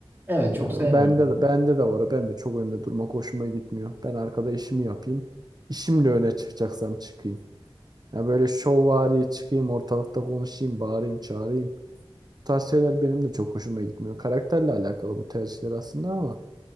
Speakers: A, on the right; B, on the right.
A: Evet çok
B: E,
A: sevmiyorum
B: bende
A: ben.
B: de bende de var. o. Ben de çok önde durmak hoşuma gitmiyor. Ben arkada işimi yapayım. İşimle öne çıkacaksam çıkayım. Ya böyle şovvari çıkayım ortalıkta konuşayım, bağırayım, çağırayım. tarz şeyler benim de çok hoşuma gitmiyor. Karakterle alakalı bu tercihler aslında ama